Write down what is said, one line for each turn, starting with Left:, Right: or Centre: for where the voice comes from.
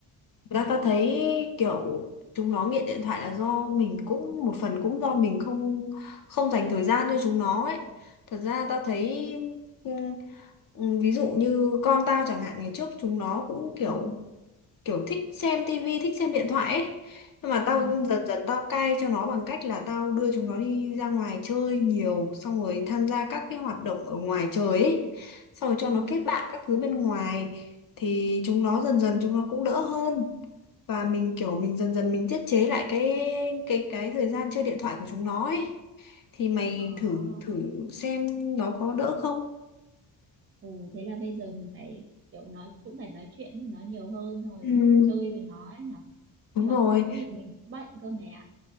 Left: Thực ra ta thấy kiểu chúng nó nghiện điện thoại là do mình cũng một phần cũng do mình không không dành thời gian cho chúng nó ấy. Thật ra ta thấy ừ, ừ, ví dụ như con tao chẳng hạn ngày trước chúng nó cũng kiểu
Right: ừ
Left: kiểu thích xem tivi, thích xem điện thoại ấy. Nhưng mà tao
Right: ừ
Left: dần dần tao cai cho nó bằng cách là tao đưa chúng nó đi ra ngoài chơi nhiều, xong rồi tham gia các cái hoạt động ở ngoài trời ấy. Xong rồi cho
Right: ừ
Left: nó kết bạn các thứ bên ngoài thì chúng nó dần dần chúng nó cũng đỡ hơn và mình kiểu mình dần dần mình tiết chế lại cái cái cái thời gian chơi điện thoại của chúng nó ấy thì mày
Right: ờ
Left: thử thử xem nó có đỡ không
Right: ồ thế là bây giờ mình phải kiểu nói cũng phải nói chuyện với nó nhiều hơn rồi
Left: ừ,
Right: chơi với nó ấy nhở
Left: đúng
Right: nhưng
Left: rồi
Right: mà khổ nỗi thì mình cũng bận cơ mẹ ạ